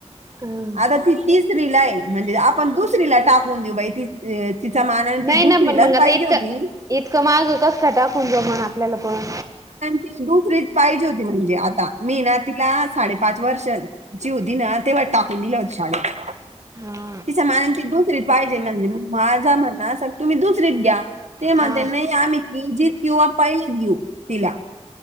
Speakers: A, on the right; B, on the right.
A: हम
B: आता ती तिसरी ला आहे म्हणजे आपण दुसरीला टाकून देऊ बाई ती तिचा मान आणि ती
A: नाही
B: दुसरीलाच
A: ना पण मग आता
B: पाहिजे
A: इतकं
B: होती
A: इतकं माग कस खटाकून जमल आपल्याला पण.
B: दुसरीत पाहिजे होती म्हणजे आता मी ना तिला साडेपाच वर्षची होती ना तेव्हा टाकून दिलं होत शाळेत.
A: हा
B: तिच्या मानान ती दुसरीत पाहिजे म्हणल मी माझा म्हणण असं की तुम्ही दुसरीत घ्या. ते म्हणते
A: हा
B: नाही आम्ही क जित किंवा पैल घऊ तिला